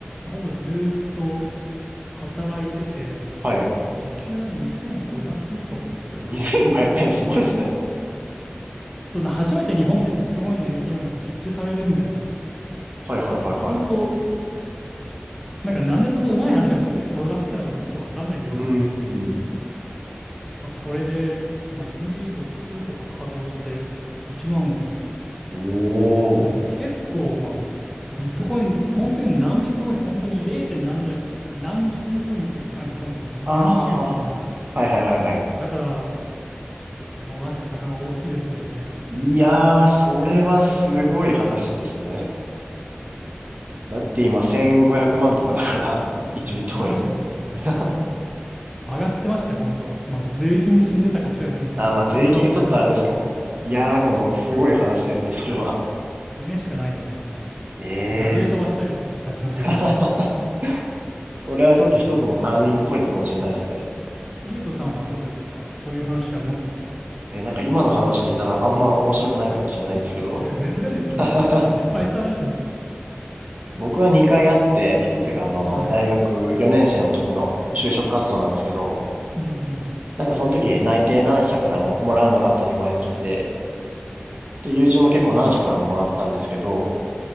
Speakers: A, in the centre; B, on the right.
A: ほぼずーっと働いてて、
B: はい。
A: まあ、時給が2500とかだったかな。
B: 2500円すごいですね。
A: そう、初めて日本でビットコインの ATM が設置されるみたいな。
B: はいはいはいはい。
A: いや本当、なんかなんでそんなうまい話が僕に転がってきたのかよくわかんないですけど、
B: うん。
A: まあ、それで、まあ、1日6とか稼働して、1万
B: おー。
A: まあでも結構、まあ、ビットコイン、その時の何ビットコインで本当に 0. 点何じゃなく、何ビットコインっていう単位で持ってたと何十みたいな。
B: あははは。はいはいはいはい。
A: だから、逃した魚大きいですよね。
B: いやー、それはすごい話ですね。だって今1500万とかだから、1ビットコイン。
A: もうやばいですよね。
B: <laughs>
A: 上がってましたよ、本当は。まあ税金で死んでたかもしれないですけど、
B: あー、
A: まあそれはそれということで。
B: まあ税金がちょっとあれですかも。いやー、でもすごい話ですね、それは。
A: 夢しかないですよね。
B: ええー。
A: 殴り飛ばしたいですよ、昔の自分。
B: <laughs> それはちょっと一つのターニングポイントかもしれないですね。
A: ゆうとさんはどうですかそういう話ありますか
B: えーなんか今の話聞いたらあんま面白くないかもしれないんですけど、
A: いや、全然ですよ。
B: <laughs>
A: 僕だって失敗した話ですし。
B: 僕は2回あって、1つがあの、
A: はい。
B: 大学4年生の時の就職活動なんですけど、
A: うんうん。
B: なんかその時内定何社からももらうのが当たり前の時で、で、友人も結構何社からももらったんですけど、